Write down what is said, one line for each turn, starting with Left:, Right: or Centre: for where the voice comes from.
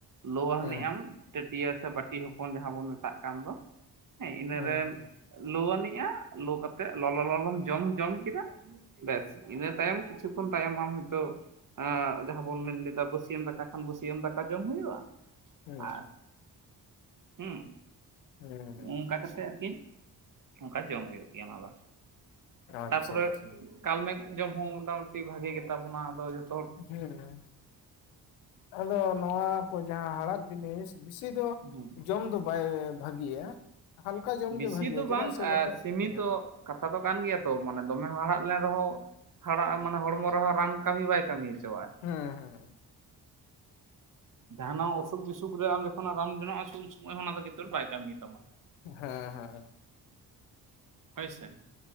Right: ᱞᱳᱣᱟ ᱦᱟᱹᱱᱤᱡ
Left: ᱦᱮᱸ
Right: ᱟᱢ ᱴᱟᱹᱴᱤᱭᱟᱹ ᱥᱮ ᱵᱟᱴᱤ ᱦᱚᱯᱚᱱ ᱡᱟᱦᱟᱸ ᱵᱚᱱ ᱢᱮᱛᱟᱜ ᱠᱟᱱ ᱫᱚ ᱦᱮᱸ ᱤᱱᱟᱹ
Left: ᱦᱮᱸ
Right: ᱨᱮᱢ ᱞᱩ ᱟᱹᱱᱤᱡ ᱟ ᱞᱳ ᱠᱟᱛᱮᱜ ᱞᱚᱞᱚ ᱞᱚᱞᱚᱢ ᱡᱚᱢ ᱡᱚᱢ ᱠᱮᱫᱟ ᱵᱮᱥ ᱤᱱᱟᱹ ᱛᱟᱭᱚᱢ ᱠᱤᱪᱷᱩ ᱠᱷᱚᱱ ᱛᱟᱭᱚᱢ ᱟᱢ ᱦᱚᱭᱛᱚ ᱡᱟᱦᱟᱸ ᱵᱚᱱ ᱢᱮᱱ ᱞᱮᱫᱟ ᱵᱟᱹᱥᱤᱭᱟᱹᱢ ᱫᱟᱠᱟ ᱠᱷᱟᱱ ᱵᱟᱹᱥᱤᱭᱟᱹᱢ ᱫᱟᱠᱟ ᱡᱚᱢ ᱦᱳᱭᱳᱜ ᱟ
Left: ᱦᱮᱸ
Right: ᱟᱨ ᱦᱩᱸ
Left: ᱦᱮᱸ ᱦᱮᱸ
Right: ᱚᱱᱠᱟ ᱠᱟᱛᱮᱜ ᱟᱨᱠᱤ ᱚᱱᱠᱟ ᱡᱚᱢ ᱦᱩᱭᱩᱜ ᱜᱮᱭᱟ ᱚᱱᱟ ᱫᱚ
Left: ᱟᱪᱪᱷᱟ
Right: ᱛᱟᱨᱯᱚᱨᱮ
Left: ᱟᱪᱪᱷᱟ
Right: ᱠᱟᱞᱢᱮᱜ ᱡᱚᱢ ᱦᱚᱸ ᱢᱚᱴᱟᱢᱩᱴᱤ ᱵᱷᱟᱜᱮ ᱜᱮᱛᱟ ᱵᱚᱱᱟ ᱟᱫᱚ ᱡᱚᱛ
Left: ᱦᱮᱸ ᱟᱫᱚ ᱱᱚᱣᱟ ᱠᱚ ᱡᱟᱦᱟᱸ ᱦᱟᱲᱦᱟᱫᱽ ᱡᱤᱱᱤᱥ ᱵᱤᱥᱤ ᱫᱚ
Right: ᱦᱮᱸ
Left: ᱡᱚᱢ ᱫᱚ ᱵᱟᱭ ᱵᱷᱟᱹᱜᱤᱭᱟ᱾ ᱦᱟᱞᱠᱟ ᱡᱚᱢᱜᱮ
Right: ᱵᱮᱥᱤ
Left: ᱵᱷᱟᱹᱜᱤᱭᱟ
Right: ᱫᱚ
Left: ᱪᱮᱫᱟᱜ
Right: ᱵᱟᱝ
Left: ᱥᱮ ᱵᱟᱠᱷᱟᱡ
Right: ᱥᱤᱢᱤᱛᱚ
Left: ᱦᱮᱸ
Right: ᱠᱟᱛᱷᱟ ᱫᱚ ᱠᱟᱱ ᱜᱮᱭᱟ ᱛᱚ ᱢᱟᱱᱮ ᱫᱚᱢᱮ ᱦᱟᱲᱦᱟᱜ ᱞᱮᱱ ᱨᱮᱦᱚᱸ ᱦᱟᱨᱟ ᱟᱢ ᱢᱟᱱᱮ ᱦᱚᱲᱢᱚ ᱨᱮᱦᱚᱸ ᱨᱟᱱ ᱠᱟᱹᱢᱤ ᱵᱟᱭ ᱠᱟᱹᱢᱤ ᱦᱚᱪᱚᱣᱟᱜᱼᱟ
Left: ᱦᱮᱸ ᱦᱮᱸ
Right: ᱡᱟᱦᱱᱟᱜ ᱚᱥᱩᱠ ᱵᱤᱥᱩᱠ ᱨᱮ ᱟ ᱡᱚᱠᱷᱚᱱᱟᱜ ᱨᱟᱱ ᱡᱚᱱᱟᱜ ᱟᱥᱮ ᱩᱱ ᱥᱚᱢᱚᱭ ᱦᱚᱸ ᱚᱱᱟ ᱫᱚ ᱵᱟᱭ ᱠᱟᱹᱢᱤ ᱛᱟᱢᱟ
Left: ᱦᱮᱸ ᱦᱮᱸ
Right: ᱦᱳᱭ ᱥᱮ